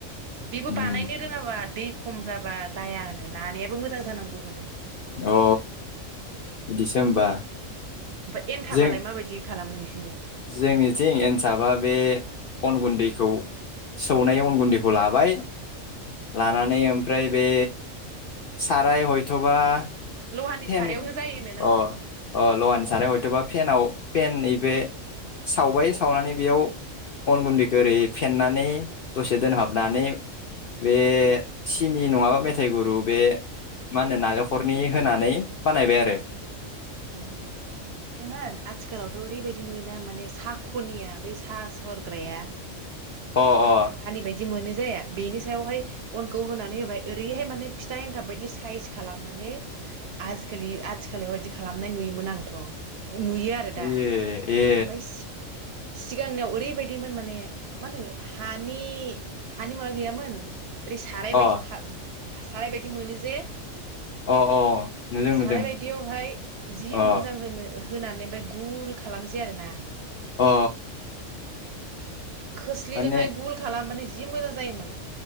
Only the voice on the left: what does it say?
उम
अ बिदिसो होमबा
जों
जोंनिथिं एनथाबा बे अन गुन्दैखौ सौनाय अन गुन्दैखौ लाबाय लानानै ओमफ्राय बे साराय हयथ'बा
फेन
अ
अ लहानि साराय हयथ'बा फेनाव फेन नैबे सावबाय सावनानै बेयाव उन गुन्दैखौ एरै फेननानै दसे दोनहाबनानै बे सिनि नङाबा मेथाइ गुरू बे मानो नालेंखरनि होनानै बानायबाय आरो
अ अ
ए ए
अ
अ अ नुदों नुदों
अ
अ
माने